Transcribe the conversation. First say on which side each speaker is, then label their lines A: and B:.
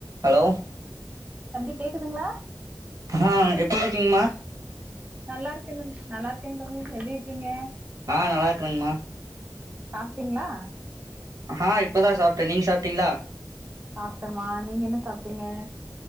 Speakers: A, on the right; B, on the right.
A: ஹலோ
B: தம்பி கேக்குதுங்ளா
A: ஆ எப்புர்ருக்கீங்மா
B: நல்லாருக்கே தம் நல்லாருக்கேங் தம்பி எப்டிருக்கீங்க
A: ஆ நல்லாருக்கரங்மா
B: சாப்டிங்ளா
A: ஆ இப்பதா சாப்ட நீங் சாப்டிங்ளா
B: சாப்டமா நீங்க என்ன சாப்டிங்க